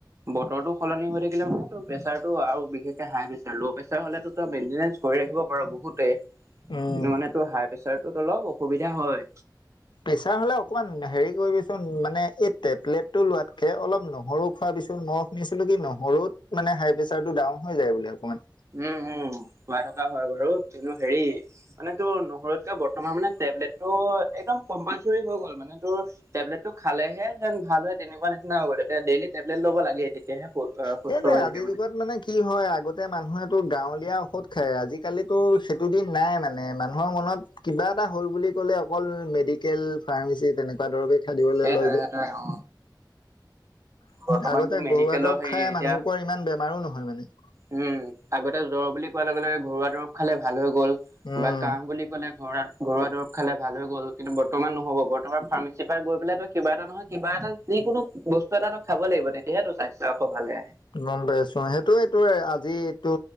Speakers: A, on the right; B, on the left.
A: বতৰটো সলনি হৈ মানে ত প্ৰেছাৰতটো আৰু বিশেষকে হাই প্ৰেছাৰ ল' প্ৰেছাৰ হ'লেতো তই মেইনটেনেঞ্চ কৰি ৰাখিব পাৰো বহুতে
B: উম
A: কিন্তু মানে তটো হাই প্ৰেচাৰটোত অলপ অসুবিধা হয়।
B: প্ৰেছাৰ হলে অকমান হেৰি কৰিবিচোন মানে এই টেবলেটটো লোৱাতকে অলপ নহৰু খোৱা মই শুনিছিলো কি নহৰুত মানে হাই প্ৰেছাৰ টো ডাউন হৈ যায় বুলি অকণমান।
A: উম উম খুৱাই থকা হয় বাৰু কিন্তু হেৰি মানে তোৰ নহৰুৰতকে বৰ্তমান মানে বলেটো একম কম্পালচৰি হৈ গল মানে তোৰ টেবলেটটো খালেহে যেন ভাল হয় তেনেকুৱা। ডেইলি টেবলেট ল'ব লাগে তেতিয়াহে। সুস্থ
B: সেইটোৱে
A: হৈ
B: আজিৰ
A: থাকে
B: যুগত মানে কি হয় আগতে। মানুহেতো গাঁৱলীয়া ঔষধ খায় আজিকালিতো সেইটো দিন নাই মানে মানুহৰ মনত কিবা এটা বুলি কলে অকল কেল ফাৰ্মেচী তেনেকুৱা দৰৱেই খাদিবলৈ
A: সেইটোৱে
B: লয় যায়।
A: সেইটোৱে অ বৰ্তমানতো
B: আগতে
A: মেডিকেলৰ
B: ঘৰুৱা দৰৱ
A: হেৰি
B: খাই
A: এতিয়া
B: মানুহ কোৱাৰ ইমান বেমাৰো নহয় মানে।
A: উম আগতে জ্বৰ বুলি কোৱাৰ লগে লগে ঘৰুৱা দৰৱ খালে ভাল হৈ। গ'ল
B: উম
A: বা কাহ বুলি ক'লে ঘৰত। ঘৰুৱা দৰৱ খালে ভাল হৈ গ'ল কিন্তু বৰ্তমান নহ'ব বৰ্তমান ফাৰ্মাচীৰ পৰা গৈ পেললে তটো কিবা এটা নহয় কিবা এটা। যি কোনো বস্তু এটা নো খাব লাগিব তেতিয়াহে স্বাস্থ্য আকৌ ভালে।
B: গম পাইছো সেইটো এইটো আজি এইটো